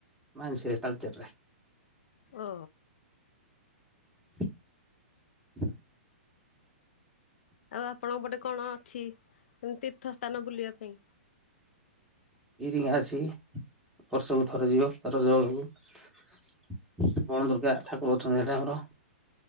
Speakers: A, in the centre; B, on the left (about 60°).
A: ମାଇଁସ୍ ରେ ତାଲଚେରରେ।
B: ଓ।
A: ହୁଁ
B: ଆଉ ଆପଣଙ୍କ ପଟେ କଣ ଅଛି? ତୀର୍ଥସ୍ଥାନ ବୁଲିବା ପାଇଁ।
A: ଇରିଙ୍ଗା ଅଛି ବର୍ଷକୁ ଥରେ ଯିବ ରଜ ବେଳକୁ। ବଣ ଦୁର୍ଗା ଠାକୁର ଅଛନ୍ତି ହେଇଠେ ଆମର।